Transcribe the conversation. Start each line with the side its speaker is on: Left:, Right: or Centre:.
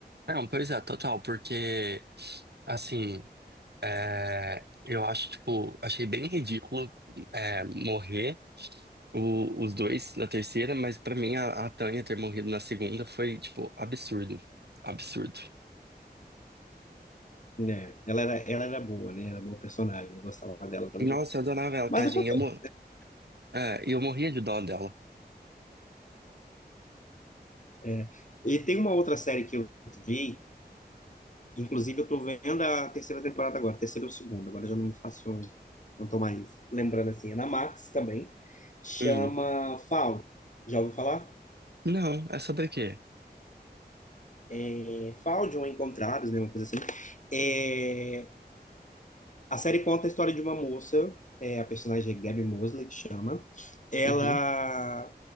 Right: Não, pois é, total, porque, assim, é, eu acho, tipo, achei bem ridículo, é, morrer. o- os dois na terceira, mas pra mim a, a Tânia ter morrido na segunda foi, tipo, absurdo. Absurdo.
Left: É, ela era, ela era boa, né? Era boa personagem, eu gostava dela também.
Right: Nossa, eu adorava ela,
Left: Mas
Right: tadinha.
Left: acontece.
Right: Eu, mo- é, eu morria de dó dela.
Left: é. E tem uma outra série que eu vi, inclusive eu tô vendo a terceira temporada agora, terceira ou segunda, agora eu já não me faço, um, não tô mais lembrando assim. É na Max também, chama
Right: Hum.
Left: Fall. Já ouviu falar?
Right: Não, é sobre o quê?
Left: É, Fall de ou Encontrados, né? Uma coisa assim. É, A série conta a história de uma moça, é, a personagem é Gabby Mosley, que chama. Ela
Right: Uhum.